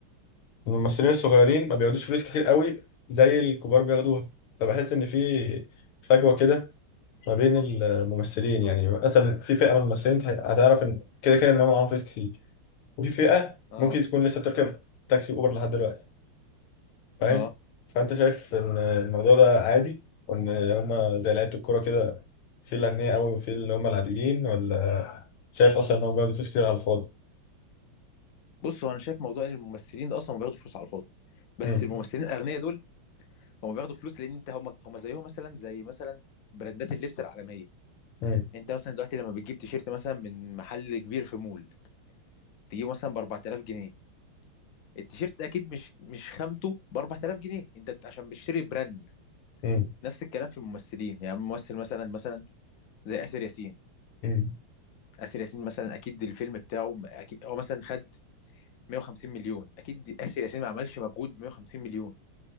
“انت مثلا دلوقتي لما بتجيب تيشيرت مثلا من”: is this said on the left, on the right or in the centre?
Left